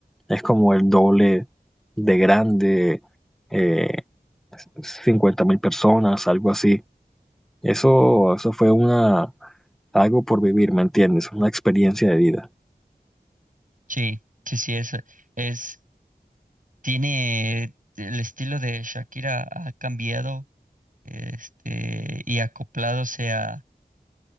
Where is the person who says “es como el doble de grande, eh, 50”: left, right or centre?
Centre